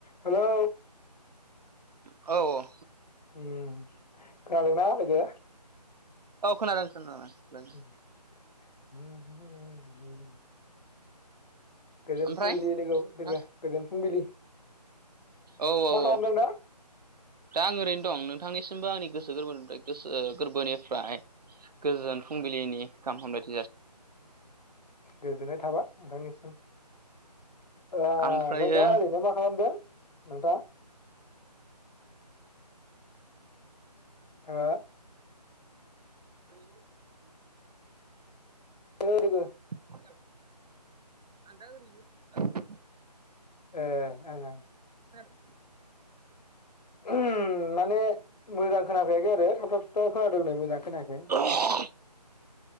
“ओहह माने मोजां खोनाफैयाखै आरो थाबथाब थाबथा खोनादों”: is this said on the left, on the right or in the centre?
Left